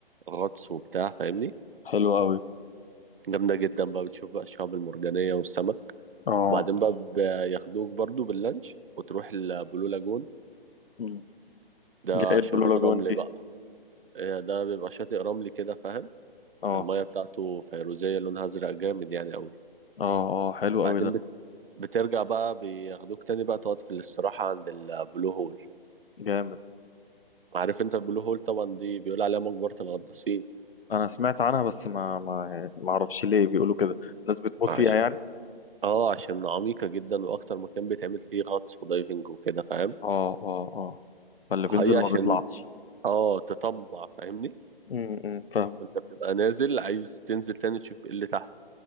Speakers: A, on the right; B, on the left.
A: غطس وبتاع فاهمني
B: حلو قوي
A: جامدة جدا بقى بتشوف بقى الشعاب المرجانية والسمك
B: اه
A: وبعدين بقى بياخدوك برضو باللانش وتروح البلو لاجون
B: مم.
A: ده
B: ده ايه
A: شاطئ
B: البلو لاجون
A: رمل
B: دي
A: بقى آه، ده بيبقى شاطئ رملي كده فاهم
B: اه
A: المية بتاعته فيروزية لونها أزرق جامد يعني أوي
B: اه اه حلو
A: بعدين
B: قوي ده
A: بت... بترجع بقى بياخدوك تاني بقى تقعد في الاستراحة عند البلو هول
B: جامد
A: عارف انت البلو هول طبعا دي بيقول عليها مقبرة الغطاسين
B: انا سمعت عنها بس ما ما يعني ما اعرفش ليه بيقولوا كده الناس بتموت
A: عشان
B: فيها يعني
A: اه عشان عميقة جدا وأكتر مكان بيتعمل فيه غطس ودايفنج وكده فاهم
B: اه اه اه فاللي بينزل
A: هي عشان
B: ما بيطلعش
A: اه تطمع فاهمني
B: امم أمم، فاهم
A: انت بتبقى نازل عايز تنزل تاني تشوف ايه اللي تحت